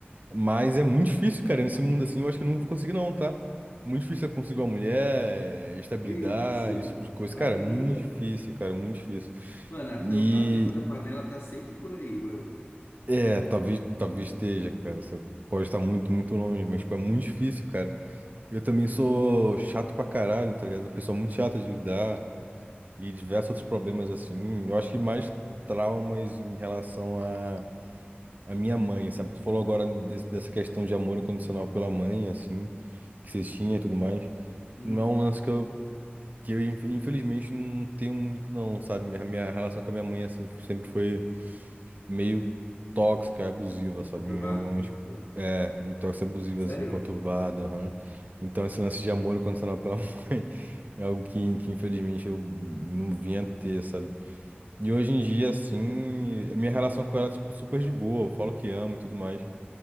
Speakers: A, on the right; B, on the left.
A: Mas é muito difícil, cara, nesse mundo, assim, eu acho que eu não vou conseguir, não, tá? Muito difícil eu conseguir uma mulher, estabilidade,
B: Que isso?
A: esse tipo de coisa.
B: Imagina.
A: Cara, muito difícil, cara, muito difícil.
B: Mano, a tampa,
A: E
B: a tampa da panela tá sempre por aí, mano.
A: É, talvez, talvez esteja, cara. Você pode estar muito, muito longe, mas, tipo, é muito difícil, cara. Eu também sou chato pra caralho, tá ligado? Uma pessoa muito chata de lidar e diversos outros problemas, assim. Eu acho que mais traumas em relação à à minha mãe, sabe? Tu falou agora desse- dessa questão de amor incondicional pela mãe, assim, que vocês tinham e tudo mais.
B: Uhum.
A: Não é um lance que eu, que eu inf- infelizmente, não tenho muito, não, sabe? Minha, minha relação com a minha mãe, assim, sempre foi meio tóxica, abusiva, sabe?
B: Conturbado.
A: Em alguns
B: assim, mano.
A: É, Mitox abusiva,
B: Sério?
A: assim, conturbada, aham. Então, esse lance de amor incondicional pela <laughs> mãe é algo que, que, infelizmente, eu não vinha a ter, sabe? E hoje em dia, assim,
B: Perfeito.
A: a minha relação com ela é, tipo, super de boa. Eu falo que amo e tudo mais.